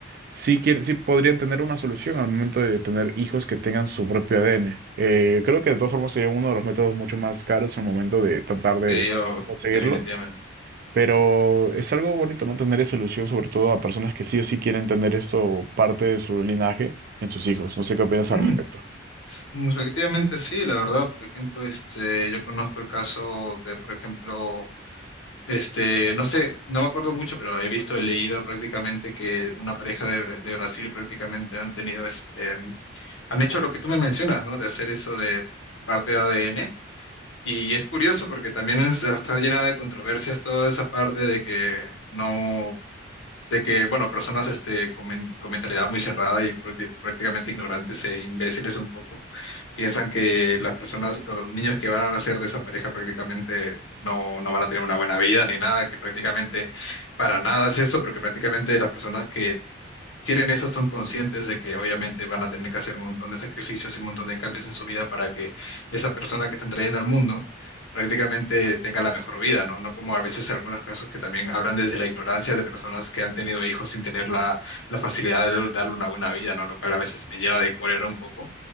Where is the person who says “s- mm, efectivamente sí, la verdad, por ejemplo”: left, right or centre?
Left